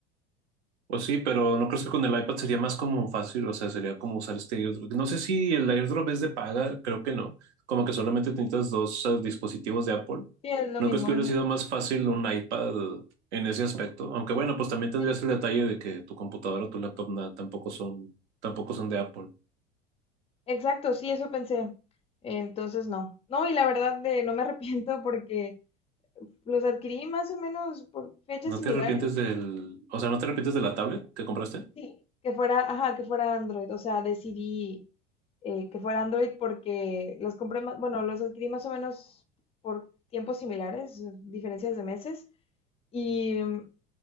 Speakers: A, on the right; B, on the left.
A: Pues sí, pero no creo que con el iPad sería más como fácil, o sea, sería como usar este airdrop. No sé si el airdrop es de paga, creo que no. Como que solamente necesitas dos eh, dispositivos de Apple.
B: Sí, es lo
A: ¿No
B: mismo,
A: crees que hubiera
B: ajá.
A: sido más fácil un iPad en ese aspecto? Aunque bueno, pues también tendrías
B: Sí,
A: el detalle de que tu computadora o tu laptop na- tampoco son, tampoco son de Apple.
B: exacto, sí, eso pensé. Entonces, no. No, y la verdad de no me arrepiento porque los adquirí más o menos por fechas
A: ¿No
B: similares.
A: te arrepientes del, o sea, no te arrepientes de la tablet que compraste?
B: Sí. Que fuera, ajá, que fuera Android. O sea, decidí eh, que fuera Android porque los compré más, bueno, los adquirí más o menos por tiempos similares, diferencias de meses. Y mm,